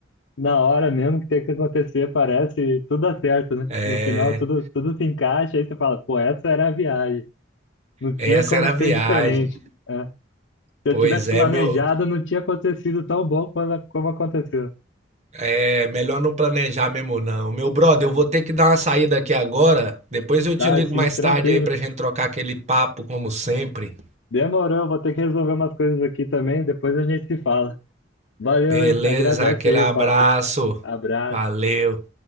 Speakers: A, on the left; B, on the right.
A: na hora mesmo que tem que acontecer, parece, e tudo dá certo, né?
B: É,
A: No final, tudo, tudo se encaixa, aí você fala, pô, essa era a viagem. Não tinha
B: essa
A: como
B: era a viagem.
A: ser diferente. É. Se eu
B: Pois
A: tivesse
B: é,
A: planejado,
B: meu
A: não tinha acontecido tão bom quando, como aconteceu.
B: É melhor não planejar mesmo, não. Meu brother, eu vou ter que dar uma saída aqui agora. Depois eu
A: Tá,
B: te ligo
A: assim,
B: mais
A: tranquilo.
B: tarde aí pra gente trocar aquele papo, como sempre.
A: Demorou, vou ter que resolver umas coisas aqui também, depois a gente se fala. Valeu,
B: Beleza,
A: hein? Agradece
B: aquele
A: aí
B: abraço.
A: o papo. Abraço.
B: Valeu.